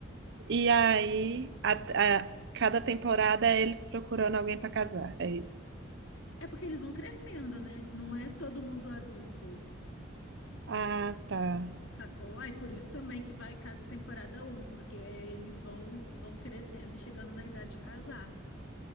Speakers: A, on the right (about 60°); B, on the left (about 75°).
A: e aí a, a- cada temporada é eles procurando alguém para casar. É isso.
B: É porque eles vão crescendo, né? Não é todo mundo adulto,
A: Ah, tá.
B: sacou? Aí por isso também que vai cada temporada um, porque eles vão, vão crescendo e chegando na idade de casar.